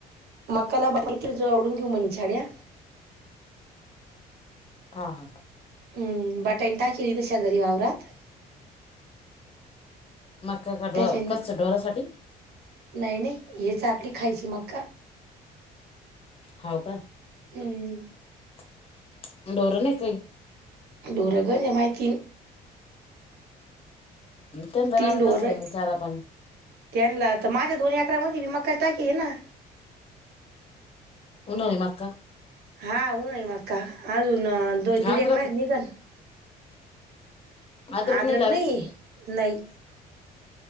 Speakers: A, on the right; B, on the left.
A: मकाला बाही जो आवडून घेऊ छड्या.
B: हा, हा.
A: हम्म, बटानं टाशी इथं शेजारी वावरात.
B: मक्याच्या डोर,
A: त्याच्यानी
B: कशाच्या डोरासाठी?
A: नाही, नाही हेच आपली खायची मक्का.
B: हाव का?
A: हम्म
B: <inaudible> ढोरं नाई कायी.
A: ढोरं गंजय माहितीय
B: त्यांना
A: तीन
B: लागत
A: ढोरंय.
B: असेल ना मग चारा पाणी
A: त्यांन्ला त माझ्या दोन एकरा मदी मका टाकीलाय ना.
B: उन्हाळी मक्का?
A: हा उन्हाळी मक्का. अजून दोन दीड
B: अद्रक
A: एक मइन्यानं निघन.
B: अद्रक
A: आद्रक
B: नाही लावेल
A: नयी? नई.